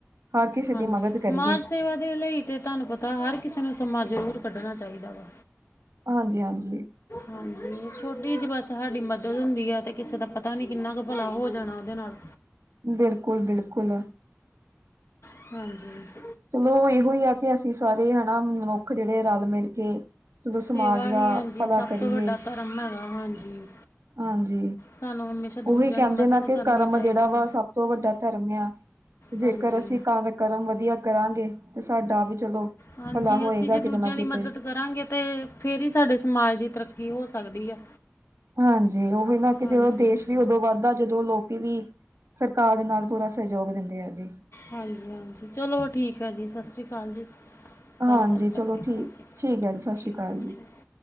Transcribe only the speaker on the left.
ਹਾਂਜੀ
ਸਮਾਜ
ਸੇਵਾ ਦੇ ਲਈ ਤਾਂ ਤੁਹਾਨੂੰ ਪਤਾ ਹਰ ਕਿਸੇ ਨੂੰ ਸਮਾਂ ਜ਼ਰੂਰ ਕੱਢਣਾ ਚਾਹੀਦਾ ਵਾ।
ਹਾਂਜੀ ਛੋਟੀ ਜ ਬਸ ਸਾਡੀ ਮਦਦ ਹੁੰਦੀ ਆ ਤੇ ਕਿਸੇ ਦਾ ਪਤਾ ਨੀ ਕਿੰਨਾ ਕੁ ਭਲਾ ਹੋ ਜਾਣਾ ਉਹਦੇ ਨਾਲ
<unintelligible> ਹੱਲਜੀ
ਸੇਵਾ
ਹੀ ਹਾਂਜੀ
ਸਭ
ਤੋਂ ਵੱਡਾ ਧਰਮ ਹੈਗਾ ਹਾਂਜੀ।
ਸਾਨੂੰ ਦੂਜਿਆਂ
ਦੀ ਮਦਦ
ਕਰਨੀ
ਚਾਹੀਦੀ
ਹੈ
ਹਾਂਜੀ
ਹਾਂਜੀ
ਅਸੀਂ ਜੇ
ਦੂਜਿਆਂ
ਦੀ
ਮਦਦ ਕਰਾਂਗੇ ਤੇ ਫੇਰ ਹੀ ਸਾਡੇ ਸਮਾਜ ਦੀ ਤਰੱਕੀ ਹੋ ਸਕਦੀ ਹੈ।
ਹਾਂਜੀ
ਹਾਂਜੀ-ਹਾਂਜੀ ਚਲੋ ਠੀਕ ਹੈ ਜੀ ਸਤਿ ਸ਼੍ਰੀ ਅਕਾਲ ਜੀ।
ਕੱਲ੍ਹ ਗੱਲ ਕਰਦੇ
ਹਾਂ ਹਾਂਜੀ
ਠੀਕ
ਠੀਕ